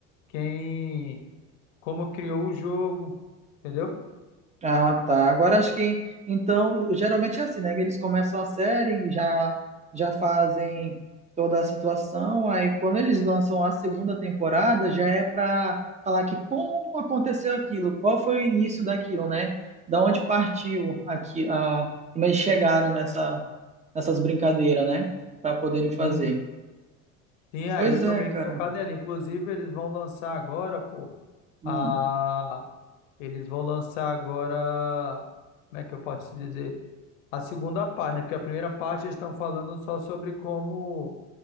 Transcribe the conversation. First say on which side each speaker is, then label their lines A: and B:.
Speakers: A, on the left; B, on the right.
A: quem como criou o jogo, entendeu?
B: Ah, tá. Agora acho que então geralmente é assim, né? Eles começam a série e já já fazem toda a situação, aí quando eles lançam a segunda temporada já é para falar que como aconteceu aquilo, qual foi o início daquilo, né? Da onde partiu aqui a como eles chegaram nessa nessas brincadeiras, né? Para poderem fazer.
A: Uhum. Sim, aí
B: Pois
A: eu tô
B: é,
A: meio
B: cara.
A: que focado nele. Inclusive, eles vão lançar agora, pô,
B: Hum.
A: a eles vão lançar agora, como é que eu posso te dizer? A segunda parte, né? Porque a primeira parte eles estão falando só sobre como